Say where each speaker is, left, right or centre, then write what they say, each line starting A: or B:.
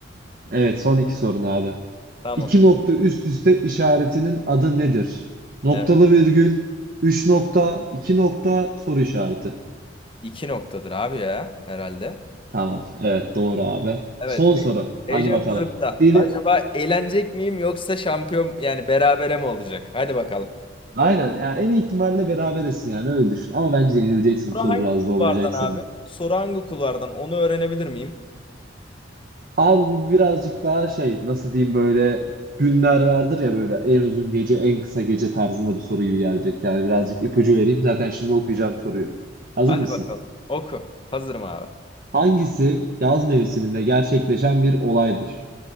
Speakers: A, on the right; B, on the left.
A: evet son iki sorun abi.
B: Tamam.
A: İki nokta üst üste işaretinin adı nedir? Noktalı
B: Evet.
A: virgül, Üç nokta, 2 nokta, soru işareti.
B: İki noktadır abi ya herhalde.
A: Tamam. Evet doğru abi.
B: Evet,
A: Son
B: he-
A: soru. Hadi
B: heyecanlanıp
A: bakalım.
B: da.
A: Bir
B: Acaba eğlenecek miyim yoksa şampiyon yani berabere mi olacak? Hadi bakalım.
A: aynen yani en iyi ihtimalle berabersin yani öyle düşün. Ama bence yenileceksin.
B: Soru
A: Bu soru
B: hangi
A: biraz zorlayacak
B: kulvardan
A: seni.
B: abi? Soru hangi kulvardan? Onu öğrenebilir miyim?
A: Abi bu birazcık daha şey nasıl diyeyim böyle günler vardır ya böyle en uzun gece en kısa gece tarzında bir soru gibi gelecek. Yani birazcık ipucu vereyim zaten şimdi okuyacağım soruyu. Hazır
B: Hadi
A: mısın?
B: bakalım. Oku. Hazırım abi.
A: Hangisi yaz mevsiminde gerçekleşen bir olaydır?